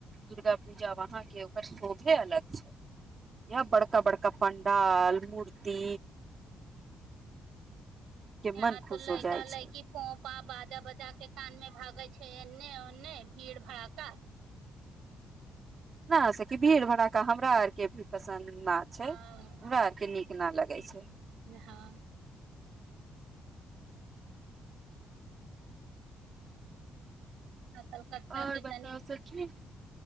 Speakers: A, on the right; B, on the right.
A: दुर्गा पूजा वहां के ओकर शोभे अलग य बड़का बड़का क पण्डाल मूर्ति ती
B: यहां
A: मन खुश
B: तो लइका
A: हो जाइ
B: लइकी
A: छै
B: पोपा बाजा बाजा के कान में भागे छै एने ओन्ने नहि भीड़ भड़ का
A: न से कि भीड़ भड़ाका हमरा आर के भी पसन्द ना छै
B: हँ
A: हमरा आरके नीक ना लगै छै
B: हँ आ कलकत्ता
A: आओर
B: के तनी
A: सखी